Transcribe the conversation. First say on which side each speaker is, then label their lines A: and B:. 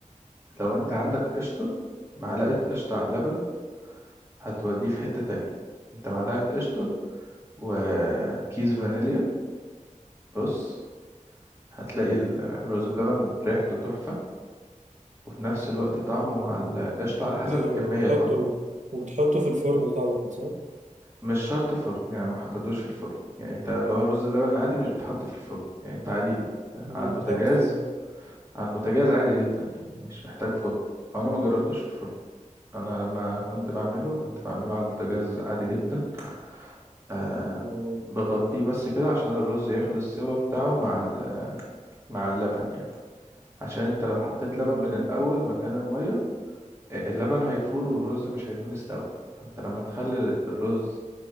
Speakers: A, on the right; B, on the right.
A: لو انت عندك قشطة معلقة قشطة على اللبن هتوديه في حتة تانية انت معلقة قشطة وكيس فانيليا بص هتلاقي الرز بلبن ريحته تحفة وفي نفس الوقت طعمه مع القشطة على
B: بت-
A: حسب الكمية
B: بتحطه
A: طبعا
B: وبتحطه في الفرن طبعا صح؟
A: مش شرط فرن يعني ما حطيتوش في الفرن يعني انت اللي هو الرز اللبن العادي مش بيتحط في الفرن يعني انت عادي بت...
B: أمال
A: على البوتاجاز
B: بتحط فين؟
A: على البوتاجاز عادي جدا يعني مش محتاج فرن او انا ما جربتوش في الفرن انا لما كنت بعمله كنت بعمله على البوتاجاز عادي جدا آه
B: تمام.
A: بغطيه بس كده عشان الرز ياخد السوا بتاعه مع ال... مع اللبن يعني عشان انت لو حطيت لبن
B: ده
A: من
B: جامد.
A: الاول مكان المية آه، اللبن هيفور والرز مش هيكون استوى فانت لما تخلي الرز